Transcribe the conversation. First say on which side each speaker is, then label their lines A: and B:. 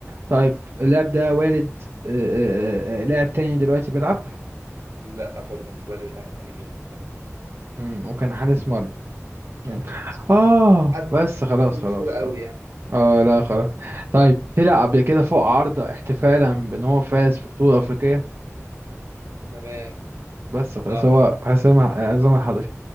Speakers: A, on the right; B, on the right.
A: طيب اللاعب ده والد آه، آه، آه، آه، لاعب تاني دلوقتي بيلعب
B: لا برضه مش وارد اللاعب التاني بيلعب لا
A: مم. وكان حارس مرمى
B: كان
A: مم.
B: حارس
A: اه
B: حد
A: بس خلاص
B: مشهور
A: خلاص
B: قوي
A: خلاص
B: يعني
A: اه لا خلاص طيب طلع قبل كده فوق عارضة احتفالا بان هو فاز في بطولة افريقية
B: تمام
A: بس خلاص
B: صح
A: هو حسام عصام الحضري